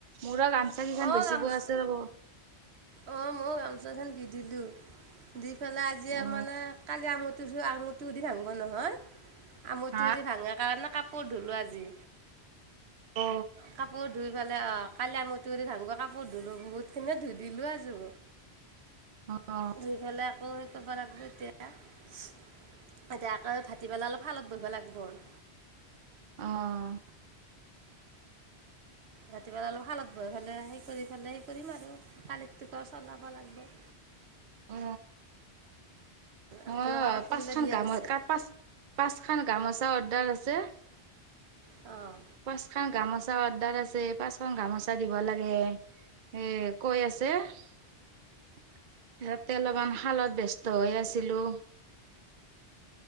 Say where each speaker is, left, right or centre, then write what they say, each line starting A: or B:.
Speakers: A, on the right; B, on the right.
A: মোৰ গামচা কিখন
B: অ',
A: বেচিব
B: গামোচা
A: আছে ৰ'ব।
B: অ, মই গামোচাখন দি দিলো, দি পেলাই আজি
A: অ
B: মানে কালি আমঠ আঙুৰটো দি ভাংব নহয়, আঙুৰটো
A: হা
B: দি ভাঙাৰ কাৰণে কাপোৰ ধুলোঁ আজি।
A: অ
B: কাপোৰ ধুই পেলে অ'। কালিয়া ম তৰি ভাং গৰ কাপোৰ ধুলো বহুত খিনি ধুই দিলো আজো।
A: অ
B: ধইফালে আকৌ সটো প লাগিব এতিয়া। এতিয়া আকৌ ভাটি পেলাই অলপ শালত বহিব লাগিব আৰু।
A: আহ।
B: ৰাতিপুৱেলা অলপ শালত বই পেলাই সেই কৰি পেলাই সেই কৰিম আৰু কালি োক চললাব লাগিব।
A: অ
B: আপোনালোকৰ
A: অ'
B: কাপোৰগিলা
A: পাঁচখন
B: দিয়া
A: গামতাত
B: হৈছে
A: পাঁচ পাঁচ খান গামত াহ অৰ্্ডাৰ আছে।
B: অ'।
A: পাঁচখন গামোচা অৰ্ডাৰ আছে পাঁচ খখন গামোচা দিব লাগে। এ কৈ আছে। সিহতে অলপমান শালত ব্যস্ত হৈ আছিলো।